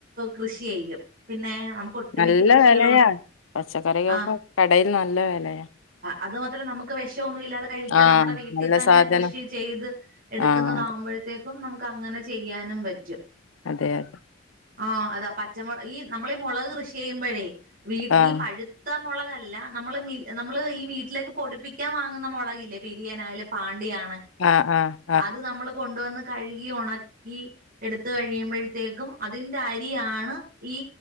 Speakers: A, on the right; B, on the left.
A: കൃഷി ചെയ്യും പിന്നെ നമുക്ക് ഒട്ടുമിക്ക
B: നല്ല
A: കൃഷികളും
B: വെലയാ പച്ചക്കറിക്കൊക്കെ
A: ആ
B: കടയില് നല്ല വെലയാ
A: അത് മാത്രല്ല നമുക്ക് വെഷൊന്നു ഇല്ലാതെ കഴിക്കാം
B: ആഹ്.
A: നമ്മടെ വീട്ടിതന്നെ
B: നല്ല സാധനം
A: കൃഷി ചെയ്ത് എടുക്കുന്നതാമ്പഴത്തേക്കും
B: ആഹ് അതെ
A: നമുക്ക് അങ്ങനെ ചെയ്യാനും പറ്റും
B: അതെ അത്
A: ആ അതാ പച്ചമൊള ഈ നമ്മള് മൊളക് കൃഷി ചെയ്യുമ്പഴേ വീട്ടീ
B: ആഹ്.
A: പഴുത്ത മൊളകല്ല നമ്മള് മീ നമ്മള് ഈ വീട്ടിലേക്ക് പൊടിപ്പിക്കാൻ വാങ്ങുന്ന മൊളകില്ലേ പെരിയനായാലും പാണ്ടിയാ
B: ആ ആ
A: അത് നമ്മള് കൊണ്ട് വന്ന് കഴുകി ഒണക്കി എടുത്ത് കഴിയുമ്പഴത്തേക്കും അതിന്റെ അരിയാണ് ഈ